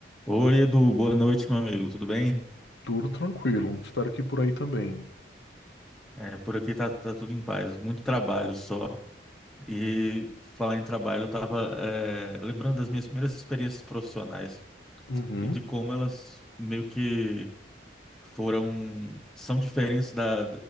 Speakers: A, in the centre; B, on the left.
A: Oi, Edu, boa noite, meu amigo. Tudo bem?
B: Tudo tranquilo. Espero que por aí também.
A: É, por aqui tá, tá tudo em paz, muito trabalho só. E falar em trabalho, eu tava, é, lembrando das minhas primeiras experiências profissionais
B: Uhum,
A: e de como elas meio que foram, são diferentes da,